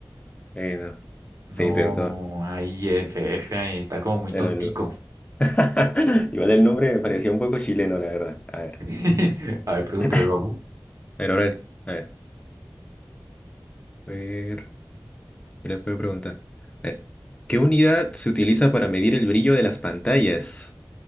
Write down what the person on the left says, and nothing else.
eh, no.
Se intentó.
Pero
no. <laughs> Igual el nombre me parecía un poco chileno, la verdad. A ver.
<laughs>
A ver, ahora, a ver, a ver, ¿qué le puedo preguntar? A ver, ¿qué unidad se utiliza para medir el brillo de las pantallas?